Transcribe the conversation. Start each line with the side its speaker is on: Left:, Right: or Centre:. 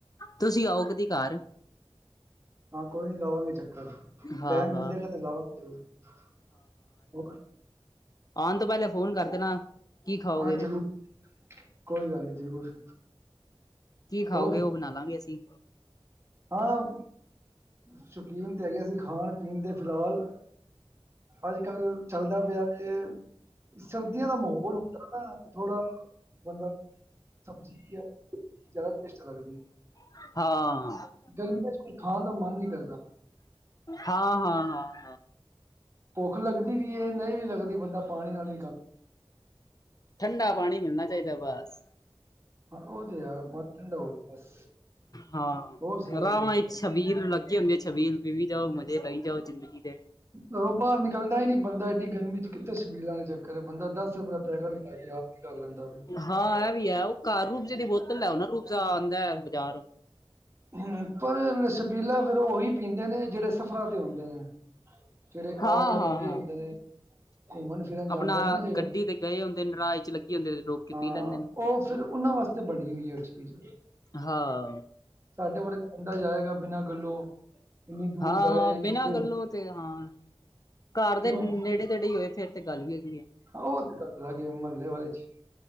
Left: ਤੁਸੀਂ ਆਓ ਕਦੀ ਕਾਰ?
Right: ਹਾਂ ਕੋਈ ਨੀ, ਲਾਵਾਂਗੇ ਚੱਕ
Left: ਹਾਂ
Right: ਟੈਮ
Left: ਹਾਂ
Right: ਮਿਲੇਗਾ ਤੇ ਲਾਵਾਂਗੇ ਜ਼ਰੂਰ।
Left: ਆਣ ਤੋਂ ਪਹਿਲੇ ਫੋਨ ਕਰ ਦੇਣਾ, ਕੀ ਖਾਓਗੇ?
Right: ਹਾਂ ਜ਼ਰੂਰ। ਕੋਈ ਗੱਲ ਨੀ, ਜ਼ਰੂਰ।
Left: ਕੀ ਖਾਓਗੇ?
Right: ਹੋਰ
Left: ਉਹ ਬਣਾ ਲਾਂਗੇ ਅਸੀਂ।
Right: ਹਾਂ, ਸ਼ੌਕੀਨ ਤੇ ਹੈਗੇ ਆ ਅਸੀ ਖਾਣ ਪੀਣ ਦੇ ਫਿਲਹਾਲ ਅੱਜ ਕੱਲ ਚੱਲਦਾ ਪਿਆ ਏ ਸਰਦੀਆਂ ਦਾ ਮਾਹੌਲ ਹੁੰਦਾ ਨਾ, ਥੋੜਾ ਬੰਦਾ ਸਬਜ਼ੀਆਂ ਜ਼ਿਆਦਾ ਟੇਸਟ ਲੱਗਦੀ।
Left: ਹਾਂ।
Right: ਗਰਮੀਆਂ ਚ ਕੋਈ ਖਾਣ ਦਾ ਮਨ ਨਹੀਂ ਕਰਦਾ।
Left: ਹਾਂ-ਹਾਂ-ਹਾਂ।
Right: ਭੁੱਖ ਲੱਗਦੀ ਵੀ ਏ, ਨਹੀਂ ਵੀ ਲੱਗਦੀ, ਬੰਦਾ ਪਾਣੀ ਨਾਲ ਵੀ ਕ
Left: ਠੰਡਾ ਪਾਣੀ ਮਿਲਣਾ ਚਾਈਦਾ ਬਸ।
Right: ਹਾਂ ਉਹ ਤੇ ਯਾਰ ਪਾਣੀ ਠੰਡਾ ਹੋ ਗਿਆ ਬਸ
Left: ਹਾਂ,
Right: ਹੋਰ ਸੁਣਾਓ
Left: ਰਾਵਾਹ
Right: ਜੀ
Left: ਈ ਛਬੀਲ ਲੱਗੀ ਹੁੰਦੀ ਏ, ਛਬੀਲ ਪੀ ਵੀ ਜਾਓ, ਮਜ਼ੇ ਲਈ ਜਾਓ। ਜ਼ਿੰਦਗੀ ਦੇ
Right: ਘਰੋਂ ਬਾਹਰ ਨਿਕਲਦਾ ਈ ਨੀ ਬੰਦਾ, ਏਡੀ ਗਰਮੀ ਚ ਕਿ ਤੇ ਸਬੀਲਾਂ ਦੇ ਚੱਕਰ ਏ, ਬੰਦਾ ਦਸ ਰੁਪਏ ਦਾ ਪੈਕੇਟ ਲੇਆ ਕੇ, ਆਪ ਈ ਕਰ ਲੈਂਦਾ ਵੇ।
Left: ਹਾਂ ਏਹ ਵੀ ਹੈ, ਉਹ ਕਾਰ ਰੂਬਜ਼ੇ ਦੀ ਬੋਤਲ ਲੈਓ ਨਾ, ਰੂਬਜ਼ਾ ਆਉਂਦਾ ਬਾਜ਼ਾਰ।
Right: ਹੂੰ ਪਰ ਨ ਸ਼ਬੀਲਾ ਫਿਰ ਉਹੀ ਪੀਂਦੇ ਨੇ, ਜਿਹੜੇ ਸਫ਼ਰਾਂ ਤੇ ਆਉਦੇ ਨੇ। ਜਿਹੜੇ
Left: ਹਾਂ-ਹਾਂ-ਹਾਂ।
Right: ਆ ਜਾ ਲੱਗੇ ਹੁੰਦੇ ਨੇ ਘੁੰਮਣ ਫਿਰਨ ਜਾਂਦੇ
Left: ਅਪਣਾ
Right: ਨੇ ਨਾ ਜਿਹੜੇ
Left: ਗੱਡੀ ਤੇ ਗਏ ਹੁੰਦੇ ਨੇ, ਰਾਹ ਚ ਲੱਗੀ ਹੁੰਦੇ ਤੇ ਰੋਕ ਕੇ
Right: ਹਾਂ
Left: ਪੀ ਲੈਂਦੇ ਨੇ।
Right: ਉਹ ਫਿਰ ਉਹਨਾਂ ਵਾਸਤੇ ਬਣੀ ਹੋਈ ਹੈ ਉਹ ਚੀਜ਼।
Left: ਹਾਂ।
Right: ਸਾਡੇ ਵਰਗਾ ਬੰਦਾ ਜਾਏਗਾ, ਬਿਨਾਂ ਗੱਲੋਂ ਇੰਨੀ ਦੂਰ
Left: ਹਾਂ-ਹਾਂ,
Right: ਜਾਏ
Left: ਬਿਨਾਂ
Right: ਕਿੱਥੇ
Left: ਗੱਲੋਂ
Right: ਹੋ
Left: ਤੇ ਹਾਂ, ਕਾਰ
Right: ਕਿਉਂ
Left: ਦੇ ਨੇੜੇ
Right: ਹਾਂ,
Left: ਤੇੜੇ ਹੀ ਹੋਏ, ਫੇਰ ਤੇ ਗੱਲ ਵੀ ਹੈਗੀ ਹੈ।
Right: ਉਹ ਤੇ ਗੱਲ ਅਲਗ ਹੈ ਮਹੱਲੇ ਵਾਲੇ ਚ,